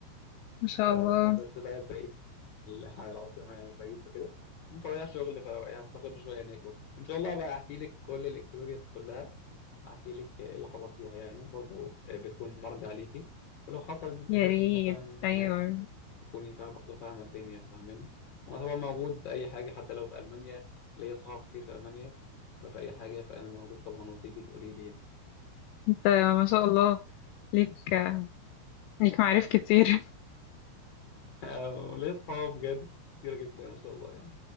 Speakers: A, on the left; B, on the left.
A: ما شاء
B: آه،
A: الله
B: بس بلد بعيد عن العاصمة يعني باريس وكده المهم فرايح شغل فهستقر شوية هناك برضه إن شاء الله بقى أحكي لك كل الإكسبيرينس كلها احكي لك ايه اللي حصل فيها يعني برضو آه، بتكون مرجع ليكي ولو حصل انك
A: يا
B: سافرتي
A: ريت
B: مثلا هناك
A: أيوة
B: تكوني فاهمه برضه فاهمه الدنيا فاهماني وانا طبعا موجود اي حاجه حتى لو في المانيا ليا صحاب كتير في المانيا فلو في اي حاجه فانا موجود طبعا وتيجي تقولي لي يعني
A: انت ما شاء الله ليك ليك معارف كتير <laughs>
B: <laughs> ليا صحاب بجد كتير جدا ما شاء الله يعني